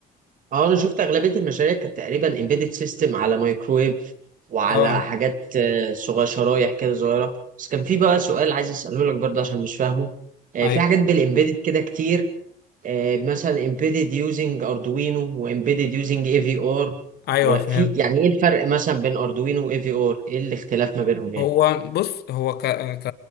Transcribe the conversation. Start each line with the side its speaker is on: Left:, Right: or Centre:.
Right: أه أنا شفت أغلبية المشاريع كانت تقريبا إمبيدد سيستم على مايكرويف وعلى
Left: اه
Right: حاجات آه، صغيرة شرايح كده صغيرة بس كان في بقى سؤال عايز أسأله لك برضه عشان مش فاهمه آه،
Left: ايوه
Right: في حاجات بالإمبيدد كده كتير آه، مثلا إمبيدد يوزنج أردوينو وإمبيدد يوزنج إي في آر
Left: ايوه
Right: وفي
Left: فاهم
Right: يعني إيه الفرق مثلا بين أردوينو وإي في آر؟ إيه الاختلاف ما بينهم يعني؟
Left: هو بص هو ك ك